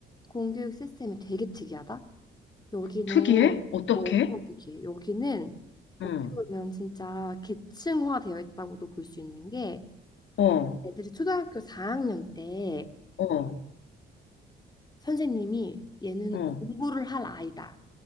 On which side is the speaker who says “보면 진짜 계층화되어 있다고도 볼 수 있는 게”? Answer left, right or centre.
Left